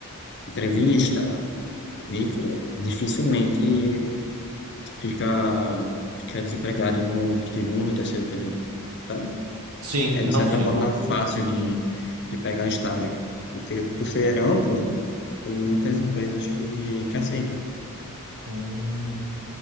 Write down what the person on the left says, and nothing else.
entrevista, currículo, dificilmente fica, fica desempregado no segundo, terceiro período. sabe?
É,
de certa
forma,
fácil de, de pegar estágio. Porque por ser amplo, tem muitas empresas que, que aceitam.